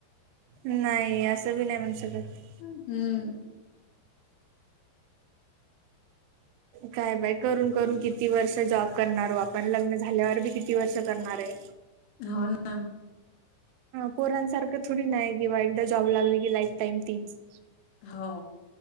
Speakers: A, on the right; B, on the left.
A: नाही असं बी नाही म्हणस कात.
B: हम्म.
A: काय बाय करून-करून किती वर्ष जॉब करणारो आपण लग्न झाल्यावर बी किती वर्ष करणार आहे.
B: हो ना.
A: पोरांसारखं थोडी नाही किंवा एकदा जॉब लागली की लाईफ टाईम तीच.
B: हो.